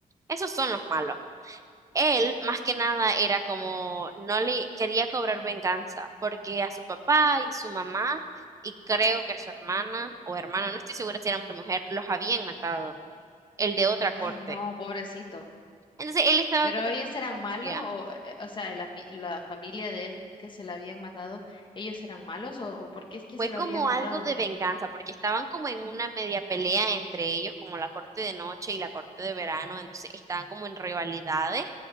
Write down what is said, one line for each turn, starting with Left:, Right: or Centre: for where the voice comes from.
Right: Esos son los malos. Él, más que nada, era como, no le quería cobrar venganza, porque a su papá y su mamá, y creo que su hermana o hermana, no estoy segura si era hombre o mujer, los habían matado, el de otra
Left: Ay,
Right: corte.
Left: no, pobrecito.
Right: Entonces él estaba
Left: ¿Pero
Right: como
Left: ellos
Right: con
Left: eran
Right: esa
Left: malos?
Right: furia.
Left: ¿O, eh, o sea, el ami- la familia de él que se la habían matado, ellos eran malos? ¿O, o por qué es que
Right: Fue
Left: se lo
Right: como
Left: habían matado?
Right: algo de venganza, porque estaban como en una media pelea entre ellos, como la corte de noche y la corte de verano, entonces estaban como en rivalidades.